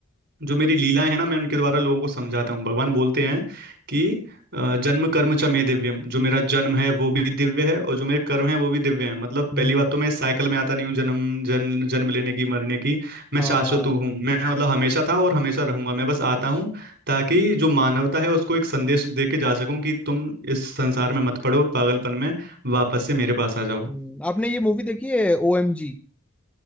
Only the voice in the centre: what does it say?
हम्म
हाँ
हाँ हाँ।
अच्छा
हम्म, आपने ये मूवी देखी है ओ एम जी